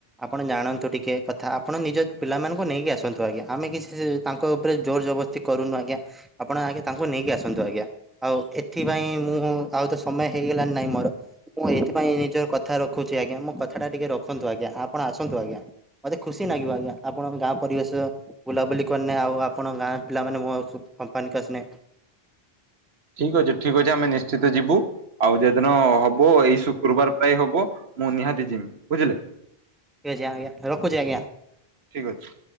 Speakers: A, in the centre; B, on the right.
A: ଆପଣ ଜାଣନ୍ତୁ ଟିକେ କଥା ଆପଣ ନିଜ ପିଲାମାନଙ୍କୁ ନେଇକି ଆସନ୍ତୁ, ଆଜ୍ଞା। ଆମେ କିଛି ତାଙ୍କ ଉପରେ ଜୋର ଜବରଦସ୍ତି। କରୁନୁ ଆଜ୍ଞା ଆପଣ ଆଜ୍ଞା ତାଙ୍କୁ ନେଇକି ଆସନ୍ତୁ, ଆଜ୍ଞା। ଆଉ ଏଥିପାଇଁ ମୁଁ ଆଉ ତ ସମୟ ହେଇଗଲଣି ନାଇଁ ମୋର ମୁଁ ଏଇଥିପାଇଁ ନିଜର କଥା ରଖୁଛି ଆଜ୍ଞା, ମୋ କଥା ଟା ଟିକେ ରଖନ୍ତୁ ଆଜ୍ଞା, ଆପଣ ଆସନ୍ତୁ ଆଜ୍ଞା। ମତେ ଖୁସି ଲାଗିବ ଆଜ୍ଞା ଆପଣଙ୍କ ଗାଁ ପରିବେଶ ବୁଲାବୁଲି କରିନେ ଆଉ ଆପଣ ଗାଁ ପିଲାମାନେ ମୋ କମ୍ପାନୀକୁ ଆସିଲେ।
B: ଠିକ୍ ଅଛି, ଠିକ୍ ଅଛି ଆମେ ନିଶ୍ଚିତ ଯିବୁ। ଆଉ ଯେ ଦିନ ହବ ଏଇ ଶୁକ୍ରବାର ପ୍ରାୟ ହବ ମୁଁ ନିହାତିଯିବି ବୁଝିଲେ।
A: ଠିକ୍ ଅଛି, ଆଜ୍ଞା ରଖୁଛି। ଆଜ୍ଞା,
B: ଠିକ୍ ଅଛି।